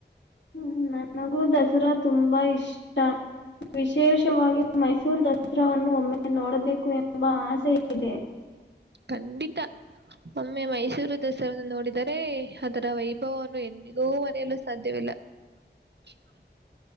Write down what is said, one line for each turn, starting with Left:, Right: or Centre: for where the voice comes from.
Left: ಹ್ಮ್ ನನಗೂ ದಸರಾ ತುಂಬಾ ಇಷ್ಟಾ ವಿಶೇಷವಾಗಿ ಮೈಸೂರು ದಸರಾವನ್ನು ಒಮ್ಮೆ ನೋಡಬೇಕು ಎಂಬ ಆಸೆ ಇದೆ.
Right: ಕಂಡಿತಾ ಒ ಒಮ್ಮೆ ಮೈಸೂರು ದಸರನ್ನು ನೋಡಿದರೆ ಅದರ ವೈಭವವನ್ನು ಎಂದಿಗೂ ಮರೆಯಲು ಸಾಧ್ಯವಿಲ್ಲಾ <unintelligible>